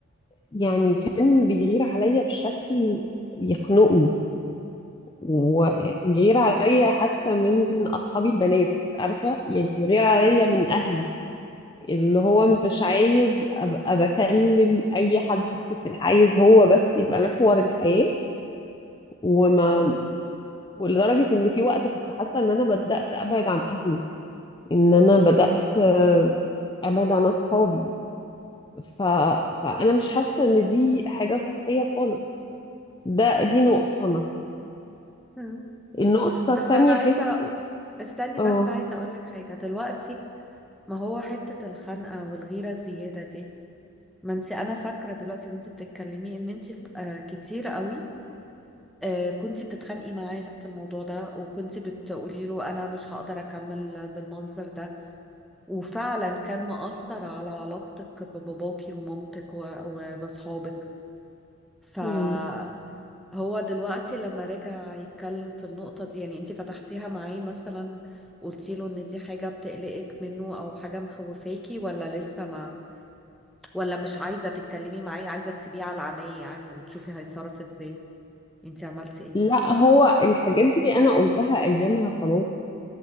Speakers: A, on the left; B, in the centre.
A: يعني كان بيغير عليا بشكل يخنقني وبيغير عليا حتى من أصحابي البنات عارفة يعني بيغير عليا من أهلي اللي هو مش عايز أبقى بكلم أي حد في الح- عايز هو بس يبقى محور الحياة وما ولدرجة إن في وقت كنت حاسة إن أنا بدأت أبعد عن أهلي إن أنا بدأت آه، ابعد عن اصحابي ف... فانا مش حاسه ان دي حاجه صحيه خالص ده دي نقطه مثلا
B: مم.
A: النقطه
B: بس
A: التانية
B: انا
A: حته
B: عايزه استني بس
A: اه
B: عايزه اقول لك حاجه دلوقتي ما هو حته الخنقه والغيره الزياده دي ما انت انا فاكره دلوقتي وانت بتتكلمي ان انت آه كتير قوي آه، كنتي بتتخانقي معاه في الموضوع ده وكنتي بتقولي له انا مش هقدر اكمل بالمنظر ده وفعلا كان مؤثر على علاقتك بباباكي ومامتك و- وبصحابك فهو
A: مم.
B: دلوقتي لما رجع يتكلم في النقطة دي يعني انتي فتحتيها معاه مثلا قلتي له ان دي حاجة بتقلقك منه او حاجة مخوفاكي ولا لسه ما ولا مش عايزة تتكلمي معاه عايزة تسيبيه على العمية يعني وتشوفي هيتصرف ازاي انتي عملتي
A: لا هو الحاجات دي انا قلتها ايامها خلاص